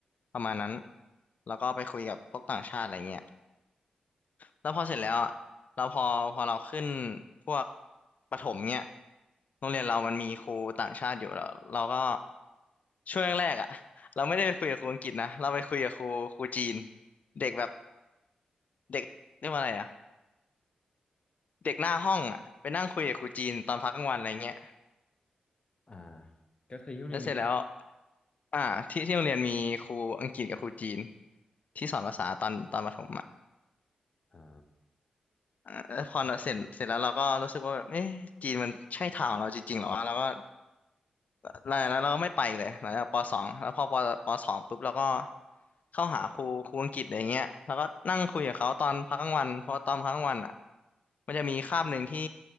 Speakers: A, on the left (about 55°); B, on the left (about 40°).
A: ประมาณนั้นแล้วก็ไปคุยกับพวกต่างชาติอะไรเงี้ย แล้วพอเสร็จแล้วอ่ะเราพอพอเราขึ้นพวกประถมเนี่ยโรงเรียนเรามันมีครูต่างชาติอยู่แล้วเราก็ช่วงแรกๆอ่ะเราไม่ได้ไปคุยกับครูอังกฤษนะเราไปคุยกับครูครูจีนเด็กแบบเด็กเรียกว่าอะไรอ่ะเด็กหน้าห้องอ่ะไปนั่งคุยกับครูจีนตอนพักกลางวันอะไรเงี้ย
B: อ่าก็คือที่โรงเรียนมี
A: แล้วเสร็จแล้วอ่าที่ที่โรงเรียนมีครูอังกฤษกับครูจีนที่สอนภาษาตอนตอนประถมอ่ะ
B: อ๋อ
A: อ่าแล้วพอเสร็จเสร็จแล้วเราก็รู้สึกว่าแบบเอ๊ะจีนมันใช่ทางของเราจริงๆเหรอวะเราก็ แล้วแล้วเราก็ไม่ไปเลยหลังจากปสองแล้วพอปปสองปุ๊บเราก็เข้าหาครูครูอังกฤษอะไรเงี้ยแล้วก็นั่งคุยกับเขาตอนพักกลางวันเพราะว่าตอนพักกลางวันอ่ะมันจะมีคาบหนึ่งที่